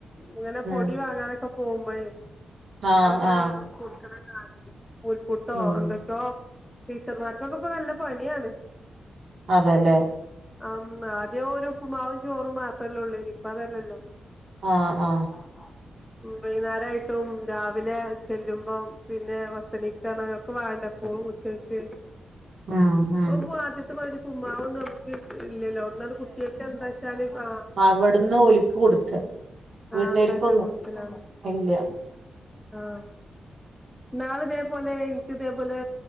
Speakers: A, in the centre; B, on the right.
A: ഇങ്ങനെ പൊടി
B: ഉം
A: വാങ്ങാനൊക്കെ പോകുമ്പഴെ.
B: ആഹ്
A: ട്ട ഇങ്ങനെ
B: ആഹ്
A: കൊടുക്ക്ണ കാണ <unintelligible> പൂൽപുട്ടോ
B: ഉം
A: എന്തൊക്കോ. ടീച്ചർമാർക്കൊക്കെ ഇപ്പ നല്ല പണിയാണ്.
B: അതെല്ലെ.
A: ആ. ആദ്യം ഒരു ഉപ്പ്മാവും ചോറും മാത്രല്ലൊള്ളേനി. ഇപ്പ അതല്ലല്ലോ.
B: ആ ആഹ്
A: ആ ആ വൈന്നാരായിട്ടും രാവിലെ ചെല്ലുമ്പം പിന്നെ വത്തണികാറ്ഞ്ഞ് ഒക്കെ വാണ്ടെ. പോവുച്ചക്ക്
B: ഉം ഉം
A: പോപ്പോ ആദ്യത്തെമാതിരി പ്പുമ്മാവൊന്നു ന്നമ്മ ട്ഇല്ലല്ലോ അവ്ന്നട് കുട്ട്യേക്ക് എന്താച്ചാല് ആഹ്.
B: അവട്ന്ന് ഓല്ക്ക് കൊടുക്ക. വീട്ടുകാർക്കൊന്നും
A: ആഹ് എന്താച്ചാ കൊടുക്കലാണ്.
B: ഇല്ല
A: ആഹ് ന്നാള് ഇതേപോലെ ഇൻക്ക്തേപോലെ